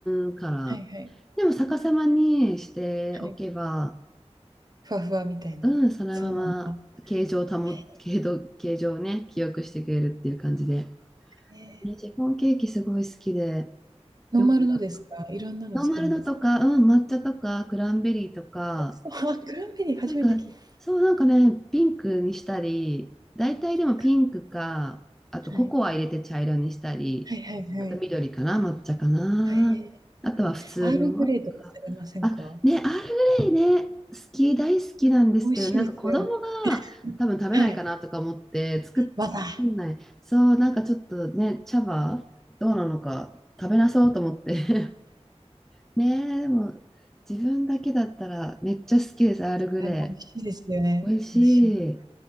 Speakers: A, in the centre; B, on the right (about 35°).
A: むから。
B: はいはい。
A: でも逆さまにしておけば、
B: はい。ふわふわみたいな。
A: うん、そのまま形状を保、
B: そのまんま。へえ。
A: 形状、形状をね、記憶してくれるっていう感じで。
B: ええ。
A: ね、シフォンケーキすごい好きで、
B: ノーマルのですか？
A: よくやる
B: いろんなの作るんですか？
A: ノーマルのとか、うん、抹茶とか、クランベリーとか、
B: 美味しそう。あクランベリー初めて聞いた
A: なんか、そう、なんかね、ピンクにしたり、大体でもピンクか、
B: く。
A: あとココア入れて茶色にしたり、
B: はい。はいはいはい。
A: あと緑かな、抹茶かな。
B: はえ。
A: あとは普通の。
B: アールグレイとかされませんか？
A: あ、ね、アールグレイね、好き、大好きなんですけど、
B: 美味しいですよね。
A: なんか子供が多分食べないかなとか思って作んない。
B: はい。バター、
A: そう、なんかちょっとね、茶葉どうなのか食べなそうと思って。<laughs> ねえ、でも自分だけだったらめっちゃ好きです、アールグレ
B: 多分美味しいですよね。
A: イ。美味しい。
B: 私も